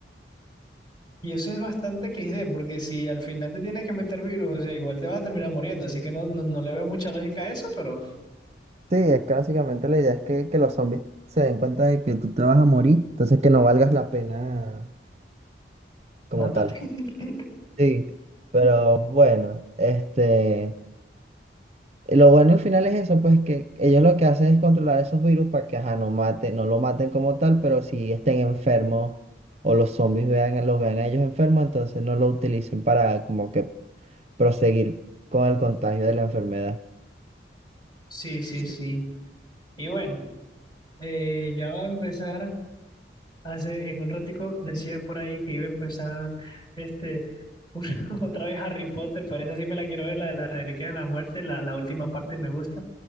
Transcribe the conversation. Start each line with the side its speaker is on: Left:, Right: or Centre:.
Left: Y eso es bastante XD, porque si al final te tienes que meter virus, o sea, igual te vas a terminar muriendo. Así que no, no, no le veo mucha lógica a eso, pero
Right: Sí, es que básicamente la idea es que, que los zombies se den cuenta de que tú te vas a morir, entonces que no valgas la pena como
Left: mátate.
Right: tal.
Left: <laughs>
Right: Sí, pero bueno, este, lo bueno al final es eso, pues que ellos lo que hacen es controlar esos virus para que, ajá, no maten, no lo maten como tal, pero si estén enfermos o los zombies vean, los vean a ellos enfermos, entonces no lo utilicen para como que proseguir con el contagio de la enfermedad.
Left: Sí, sí,
Right: Sí.
Left: sí. Y bueno, eh, ya va a empezar. Hace en un ratico decía por ahí que iba a empezar este una- <laughs> otra vez Harry Potter, pero esa sí me la quiero ver, la de la Reliquia de la Muerte, la, la última parte me gusta,